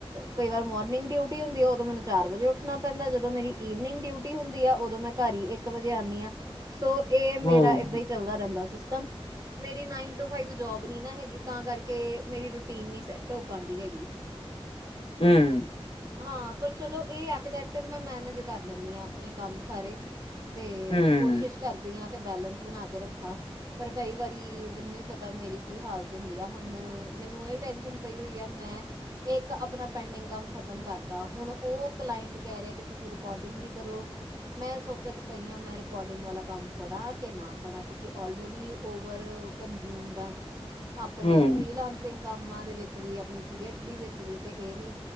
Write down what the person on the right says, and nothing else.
ਕਈ ਵਾਰ ਮੋਰਨਿੰਗ ਡਿਊਟੀ ਹੁੰਦੀ ਆ ਉਦੋਂ ਮੈਨੂੰ ਚਾਰ ਵਜੇ ਉੱਠਣਾ ਪੈਂਦਾ ਜਦੋਂ ਮੇਰੀ ਈਵਨਿੰਗ ਡਿਊਟੀ ਹੁੰਦੀ ਆ ਉਓਦੋਂ ਮੈਂ ਘਰ ਹੀ ਇੱਕ ਵਜੇ ਆਨੀ ਆ ਸੋ ਇਹ ਮੇਰਾ
ਏਦਾਂ ਹੀ ਚੱਲਦਾ ਰਹਿੰਦਾ ਸੀਸਟਮ ਮੇਰੀ ਨਾਈਨ ਟੂ ਫਾਈਵ ਜੋਬ ਨਈ ਨਾ ਹੈਗੀ ਤਾਂ ਕਰਕੇ ਮੇਰੀ ਰੂਟੀਨ ਨ ਸੈਟ ਧੂਪ ਆਉਂਦੀ ਹੈਗੀ
ਹਾਂ ਪਰ ਚਲੋ ਇਹ ਆ ਕੇ ਡੈਟ ਮੈਂ ਮੈਨੇਜ ਕਰ ਲੈਂਦੀ ਹਾਂ ਆਪਣੇ ਕੰਮ ਸਾਰੇ ਤੇ
ਕੋਸ਼ਿਸ਼ ਕਰਦੀ ਹਾਂ ਤੇ ਬੈਲੈਂਸ ਬਣਾ ਕੇ ਰੱਖਾ ਪਰ ਕਈ ਵਾਰੀ ਮੈਨੂੰ ਹੀ ਪਤਾ ਮੇਰੀ ਕੀ ਹਾਲਤ ਹੁੰਦੀ ਆ ਹੁਣ ਮੈਨੂੰ ਇਹ ਟੈਂਸ਼ਨ ਪਈ ਹੋਈ ਆ ਮੈਂ ਇੱਕ ਆਪਣਾ ਪੈਂਡਿੰਗ ਕੰਮ ਖਤਮ ਤਮ ਕਰਤਾ ਹੁਣ ਉਹ ਕਲਾਇੱਟ ਕਹਿ ਰਿਹਾ ਤੁਸੀਂ ਰਕਾਰੋਡਿੰਗ ਵੀ ਕਰੋ ਮੈਂ ਸੋਚ ਚ ਪਈ ਆ ਮੈਂ ਰਕਾਰੋਡਿੰਗ ਵਾਲਾ ਕੰਮ ਫੜਾ ਕਿ ਨਾ ਫੜਾ ਕਿਉਂਕਿ ਓਲਰੇਡੀ ਓਵਰਕਨਜ਼ੂਮਡ ਆ ਆਪਣੇ
ਫਰੀਲਾਂਸਿੰਗ ਕੰਮਾਂ ਦੇ ਵਿੱਚ ਵੀ ਆਪਣੀ ਪੀ ਐਚ ਡੀ ਵਿੱਚ ਵੀ ਤੇ ਇਹ ਵੀ